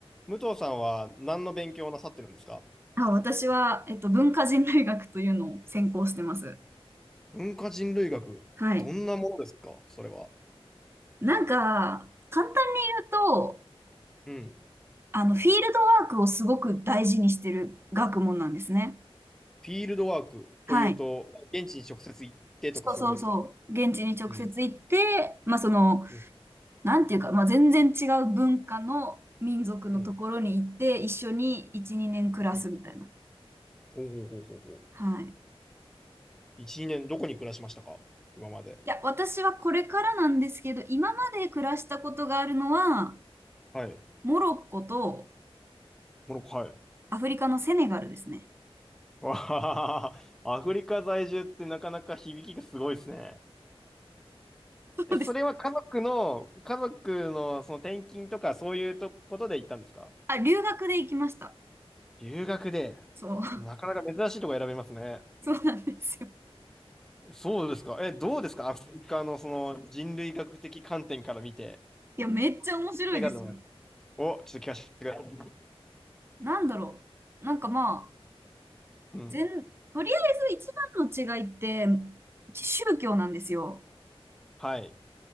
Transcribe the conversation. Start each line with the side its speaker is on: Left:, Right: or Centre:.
Centre: 武藤さんは何の勉強をなさってるんですか
Right: あ、私は、えっと、文化人類学というのを専攻してます。
Centre: 文化人類学、
Right: はい。
Centre: どんなものですかそれは。
Right: なんか、簡単に言うと、
Centre: うん。
Right: あの、フィールドワークをすごく大事にしてる学問なんですね。
Centre: フィールドワークというと、
Right: はい。
Centre: 現地に直接行ってとかそういうことですか
Right: そうそうそう。現地に直接行って、
Centre: うん。
Right: まあ、その、
Centre: うん。
Right: なんていうか、まあ、全然違う文化の民族のところに行って、
Centre: うん。
Right: 一緒に1、2年暮らすみたいな。
Centre: うん。ほうほうほうほうほう。
Right: はい。
Centre: 一、年、にねんどこに暮らしましたか今まで。
Right: いや、私はこれからなんですけど、今まで暮らしたことがあるのは、
Centre: あはい。
Right: モロッコと、
Centre: モロッコ、はい。
Right: アフリカのセネガルですね。
Centre: わははははアフリカ在住ってなかなか響きがすごいですね。
Right: そうです。
Centre: え、それは家族の、家族のその転勤とかそういうとことで行ったんですか
Right: あ、留学で行きました。
Centre: 留学で、
Right: そう、
Centre: なかなか珍しいとこ選べますね。
Right: <laughs> そうなんですよ。
Centre: そうですか。え、どうですかアフリカのその人類学的観点から見て。
Right: いや、めっちゃ面白いですよ。
Centre: 手軽なお、ちょっと聞かせてください。
Right: なんだろう。なんかまあ、
Centre: うん。
Right: 全、とりあえず一番の違いって、宗教なんですよ。
Centre: はい。